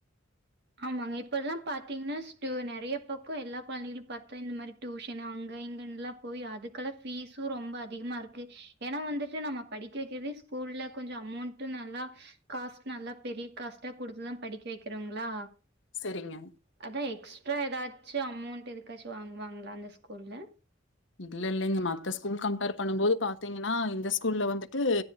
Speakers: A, on the right (about 60°); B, on the left (about 70°).
A: ஆமாங்க இப்ப எல்லா பாத்தீங்கன்னா ஸ்டு நெறைய பக்கோ எல்லா கொழந்தைகளு பாத்தா இந்த மாரி டியூஷனு அங்கே இங்கேனுல்லா போய் அதுக்கெல்லா ஃபீசு ரொம்ப அதிகமாக இருக்கு ஏன்னா வந்துட்டு நம்ம படிக்க வைக்கிறது ஸ்கூல்ல கொஞ்சோ அமௌண்ட்டு நல்லா காஸ்ட் நல்லா பெரிய காஸ்ட்டா குடுத்துதா படிக்க வைக்கிறோங்ளா
B: செரிங்க
A: அதா எக்ஸ்ட்ரா எதாச்சு அமௌண்ட் எதுக்காச்சு வாங்கு வாங்களா அந்த ஸ்கூல்ல
B: இல்லல்லிங்க மத்த ஸ்கூல் கம்பேர் பண்ணும் போது பாத்தீங்கன்னா இந்த ஸ்கூல்ல வந்துட்டு